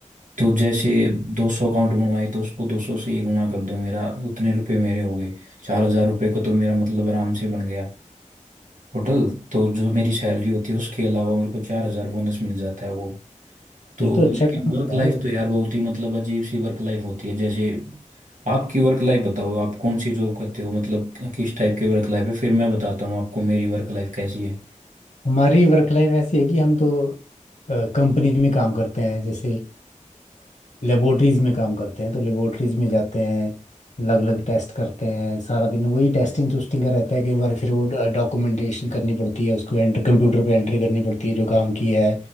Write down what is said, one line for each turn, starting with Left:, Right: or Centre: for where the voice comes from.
Right: तो जैसे दो सौ अकाउंट बनवाए तो उसको दो सौ से ही गुना कर दो मेरा उतने रुपये मेरे हो गए चार हजार रुपये को तो मेरा मतलब आराम से बन गया टोटल तो जो मेरी सैलरी होती है उसके अलावा मेरे को चार हजार बोनस मिल जाता है वो तो
Left: ये तो अच्छा
Right: लेकिन
Left: काम
Right: वर्क
Left: है
Right: लाइफ
Left: यार
Right: तो यार बहुत ही मतलब अजीब सी वर्क लाइफ होती है जैसे आपकी वर्क लाइफ बताओ आप कौन सी जॉब करते हो मतलब किस टाइप की वर्क लाइफ है फिर मैं बताता हूँ आपको मेरी वर्क लाइफ कैसी है
Left: हमारी वर्क लाइफ ऐसी है कि हम तो कंपनी में काम करते हैं जैसे लेबोरेटरीज में काम करते हैं तो लेबोरेटरीज में जाते हैं अलग अलग टेस्ट करते हैं सारा दिन वही टेस्टिंग टूस्टिंग का रहता है कई बार फिर वो डॉक्यूमेंटेशन करनी पड़ती है उसको एंटर कंप्यूटर पे एंट्री करनी पड़ती है जो काम की है